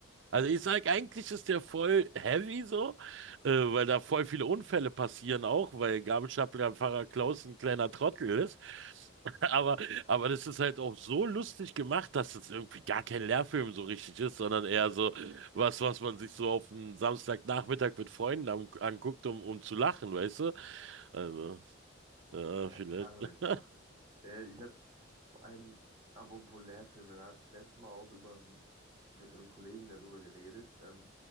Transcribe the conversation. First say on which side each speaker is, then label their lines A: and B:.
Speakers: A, on the right; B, on the right.
A: Also ich sag, eigentlich ist der voll heavy so, äh, weil da voll viele Unfälle passieren auch, weil Gabelstaplerfahrer Klaus ein kleiner Trottel ist. <laughs> Aber, aber das ist halt auch so lustig gemacht, dass es irgendwie gar kein Lehrfilm so richtig ist, sondern eher so was, was man sich so auf einen Samstagnachmittag mit Freunden am, anguckt, um, um zu lachen, weißt du? Also, ja,
B: Ja,
A: vielleicht.
B: krass, okay.
A: <laughs>
B: Äh, ich habe vor allem apropos Lehrfilme, da hatte ich letztes Mal auch über n- mit einem Kollegen darüber geredet. Ähm,